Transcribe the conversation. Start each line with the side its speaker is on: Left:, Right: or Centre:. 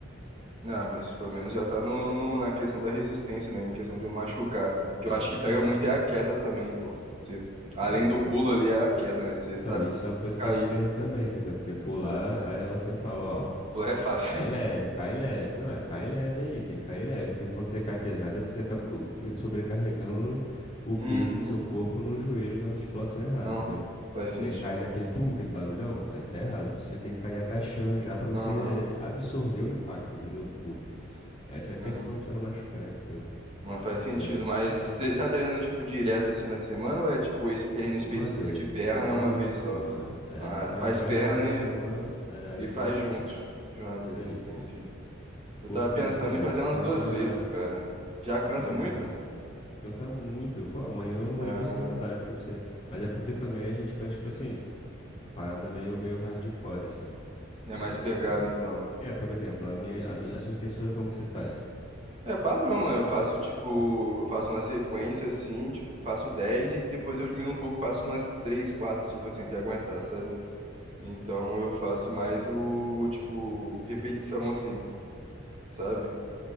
Right: Ah, mas pelo menos já tá no, no- na questão da resistência, né? Em questão de machucar.
Left: Não,
Right: Que
Left: é,
Right: eu acho que pega
Left: pô, com
Right: muito
Left: certeza.
Right: é a queda também, pô. Você, além
Left: É,
Right: do
Left: pô.
Right: pulo ali, é a queda, né? Você
Left: Então,
Right: sabe
Left: isso é uma coisa
Right: cair.
Left: que a gente treina também, entendeu? Porque pular, aí ela sempre fala, ó,
Right: Pular é fácil.
Left: cai
Right: <laughs>
Left: leve, cai leve. Não, é cai leve aí, tem que cair leve. Porque quando você cai pesado é porque você tá bo- sobrecarregando o
Right: Uhum.
Left: peso do seu corpo no joelho, na articulação errada,
Right: Não,
Left: entendeu?
Right: faz sentido.
Left: Você cai daquele pum, aquele barulhão, aí tá errado. Você já tem que cair agachando já pra você
Right: Aham.
Left: absorver o impacto, entendeu? Do pulo. Essa é a questão
Right: Não,
Left: pra você não machucar, entendeu?
Right: não faz sentido.
Left: Mas é bom
Right: Mas
Left: pra caramba.
Right: você tá treinando, tipo, direto assim na semana ou é, tipo, esse treino específico
Left: Uma vez.
Right: de perna
Left: É uma
Right: é uma
Left: vez
Right: vez
Left: na semana.
Right: só?
Left: É,
Right: Ah,
Left: eu treino
Right: faz
Left: perna
Right: perna
Left: uma vez na semana. É, aí
Right: e, e faz
Left: tem esse
Right: junto
Left: aí.
Right: de uma vez,
Left: Isso aí,
Right: entendi.
Left: isso aí.
Right: Eu
Left: Porque,
Right: tava pensando
Left: pô,
Right: em
Left: esse
Right: fazer umas
Left: treino
Right: duas
Left: já
Right: vezes,
Left: mata.
Right: cara. Já cansa
Left: Esse treino
Right: muito?
Left: já mata. Vou cansar muito. Pô, amanhã eu não vou
Right: Ah.
Left: nem conseguir andar, juro pra você. Mas é porque também a gente faz, tipo assim, a parada meio, meio hardcore, assim.
Right: É
Left: É...
Right: mais pegado, então.
Left: É, por exemplo, a minha, a minha, a sua extensora, como que você faz?
Right: É padrão, mano. Eu faço, tipo, eu faço uma sequência assim, tipo, faço 10 e depois eu diminuo um pouco, faço umas 3, 4, 5 assim, até aguentar, sabe? Então eu faço mais o, tipo, repetição assim, sabe?